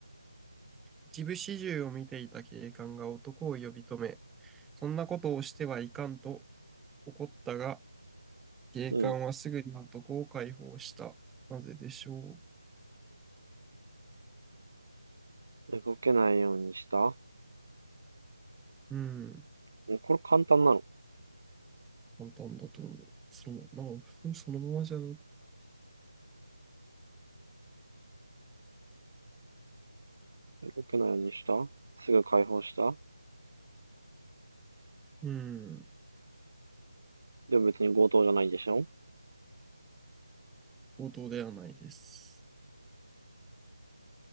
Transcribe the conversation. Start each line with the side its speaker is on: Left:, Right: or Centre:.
Centre: 一部始終を見ていた警官が男を呼び止め、そんなことをしてはいかんと怒ったが、警官はすぐに男を解放した。
Right: うん。
Centre: なぜでしょ
Right: 動けないようにした
Centre: う。うん、
Right: うこれ簡単なの。
Centre: 簡単だと思う。その、なんか、普通にそのままじゃない。
Right: 動けないようにしたすぐ解放した
Centre: うん、
Right: でも別に強盗じゃないでしょ
Centre: 強盗ではないです。